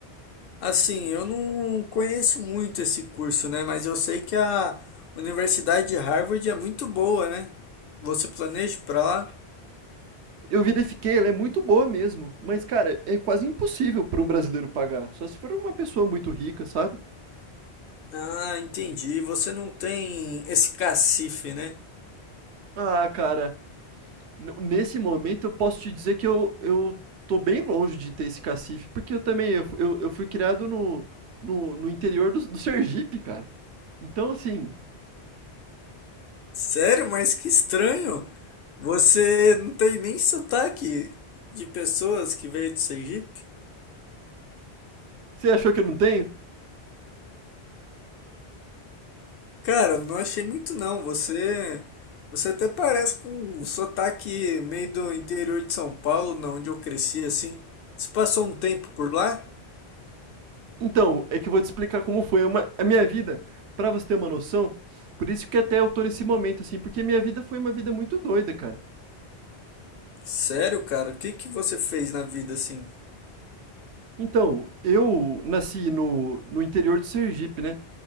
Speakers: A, on the left; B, on the right.
A: assim, eu não conheço muito esse curso, né? Mas eu sei que a Universidade de Harvard é muito boa, né? Você planeja ir pra lá?
B: Eu verifiquei, ela é muito boa mesmo. Mas, cara, é quase impossível para um brasileiro pagar. Só se for uma pessoa muito rica, sabe?
A: Ah, entendi. Você não tem esse cacife, né?
B: Ah, cara, N- Nesse momento, eu posso te dizer que eu, eu tô bem longe de ter esse cacife, porque eu também eu, fu- eu, eu fui criado no, no, no interior do, do Sergipe, cara. Então, assim,
A: Sério? Mas que estranho. Você não tem nem sotaque de pessoas que veio do Sergipe?
B: você achou que eu não tenho?
A: Cara, não achei muito não. Você, você até parece com um sotaque meio do interior de São Paulo, na onde eu cresci assim. Você passou um tempo por lá?
B: Então, é que eu vou te explicar como foi uma a minha vida, pra você ter uma noção. Por isso que até eu tô nesse momento, assim, porque minha vida foi uma vida muito doida, cara.
A: Sério, cara, o que que você fez na vida assim?
B: Então, eu nasci no, no interior do Sergipe, né?